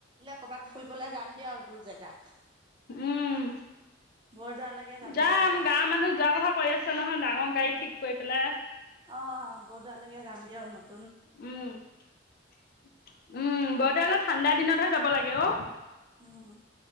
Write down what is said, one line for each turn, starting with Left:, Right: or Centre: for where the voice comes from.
Right: কবাত ফুৰিবলৈ যাম দিয়ক আৰু দুৰ জেগাত।
Left: উম।
Right: বৰদোৱালৈকে যাব
Left: যাম
Right: লাগিব
Left: গাঁৱৰ মানুহ যোৱাৰ কথা কৈ আছে নহয় ডাঙৰ গাড়ী ঠিক। কৈ পেলাই।
Right: অ বৰদোৱালেকে যাম দিয়ক ন।
Left: উম উম বৰদোৱালে ঠাণ্ডা দিনত হে। ব লাগে অ।
Right: উম।